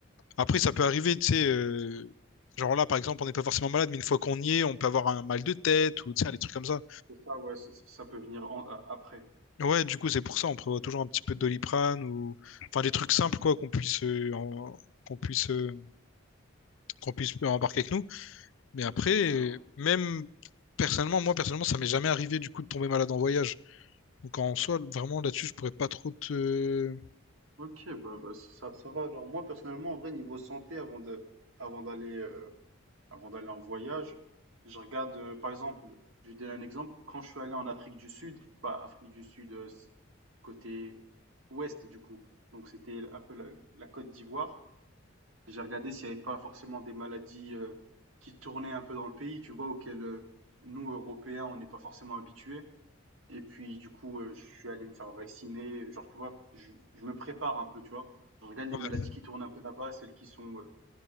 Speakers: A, on the left (about 65°); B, on the right (about 75°).
A: Après, ça peut arriver, tu sais, euh, genre là, par exemple, on n'est pas forcément malade, mais une fois qu'on y est, on peut avoir un mal de tête ou, tu sais, des trucs comme ça.
B: C'est ça, ouais, c'est- c'est- ça peut venir en- a- après.
A: Ouais, du coup, c'est pour ça, on prévoit toujours un petit peu de Doliprane ou, enfin, des trucs simples, quoi, qu'on puisse, euh, en- qu'on puisse, euh, qu'on puisse embarquer avec nous. Mais
B: Ok,
A: après,
B: ouais.
A: euh, même personnellement, moi, personnellement, ça m'est jamais arrivé, du coup, de tomber malade en voyage. Donc, en soi, vraiment, là-dessus, je pourrais pas trop te...
B: Ok, bah, bah, ça, ça va. Alors, moi, personnellement, en vrai, niveau santé, avant de, avant d'aller, euh, avant d'aller en voyage. Je regarde, euh, par exemple, je vais donner un exemple. Quand je suis allé en Afrique du Sud, pas Afrique du Sud, euh, s- côté ouest du coup, donc c'était un peu la, la Côte d'Ivoire, j'ai regardé s'il n'y avait pas forcément des maladies euh, qui tournaient un peu dans le pays, tu vois, auxquelles euh, nous, Européens, on n'est pas forcément habitués. Et puis, du coup, euh, je suis allé me faire vacciner. Genre, tu vois, je, je me prépare un peu, tu vois. Je regarde les
A: Ouais.
B: maladies qui tournent un peu là-bas, celles qui sont euh,